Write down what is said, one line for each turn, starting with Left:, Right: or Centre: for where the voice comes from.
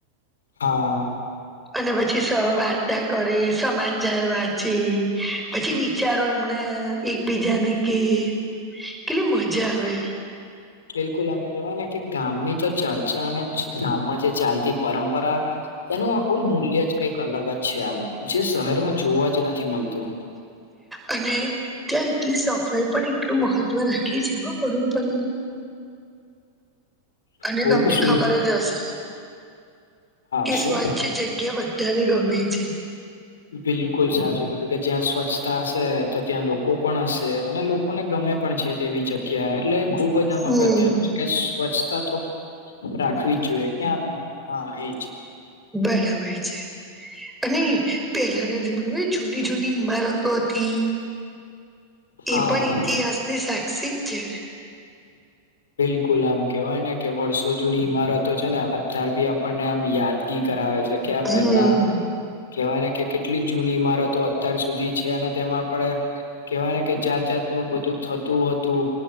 Left: હા.
Centre: અને પછી સહ વાર્તા કરે સમાચાર વાંચે પછી વિચારો એમને એક બીજાને કે કેટલી મજા આવે.
Left: બિલકુલ આમ કેવાય ને કે ગામની તો ચર્ચા અને ગામમાં જે ચાલતી પરંપરા એનું આખું મૂલ્ય જ કઈક અલગ જ છે આમ જે શહેરમાં જોવા જ નથી મળતું.
Centre: અને ત્યાં એટલી સફાઈ પણ એટલું મહત્વ રાખી છે પરંપરાનું. અને
Left: ખૂબ
Centre: તમને
Left: શું
Centre: ખબર જ હશે
Left: હા
Centre: કે
Left: શું
Centre: સ્વચ્છ જગ્યા બધાને ગમે છે.
Left: બિલકુલ સાચું કીધું કે જ્યાં સ્વચ્છતા હશે તો ત્યાં લોકો પણ હશે અને લોકોને ગમે પણ છે તેવી જગ્યા એટલે ખૂબ ખૂબ જા
Centre: હમ
Left: અગત્યનું છે કે સ્વચ્છતા તો રાખવી જ જોઈએ ક્યાં બ હો હા એજ
Centre: બરાબર છે અને પેલાના જમાના જૂની જૂની ઈમારત હતી
Left: હા
Centre: એ પણ ઈતિહાસની સાક્ષિક છે.
Left: બિલકુલ આમ કેવાય ને કે વર્ષો જૂની ઈમારતો છે ને અત્યાર ભી આપણને આમ યાદગી કરાવે છે. ક્યા
Centre: હમ
Left: પેલા કેવાય ને કે કેટલી જૂની ઈમારતો અત્યાર સુધી છે અને તેમાં આપણે કેહેવાય ને કે જાત જાતનું બધું થતું હતું